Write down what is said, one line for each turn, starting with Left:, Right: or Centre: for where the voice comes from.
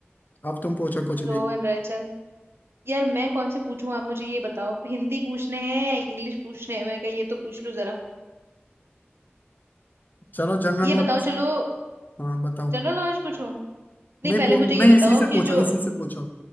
Left: अब तुम पूछो कुछ
Right: रोहन
Left: भी
Right: रायचंद यार मैं कौन से पूछूं आप मुझे ये बताओ हिंदी पूछने हैं या इंग्लिश पूछने हैं मैंने कहा ये तो पूछ लो जरा
Left: चलो जनरल
Right: ये
Left: नॉलेज
Right: बताओ चलो
Left: हाँ बताओ
Right: जनरल नॉलेज पूछूं नहीं
Left: नहीं
Right: पहले
Left: पू-
Right: मुझे ये
Left: नहीं
Right: बताओ
Left: इसी से
Right: कि
Left: पूछो
Right: जो
Left: इसी से पूछो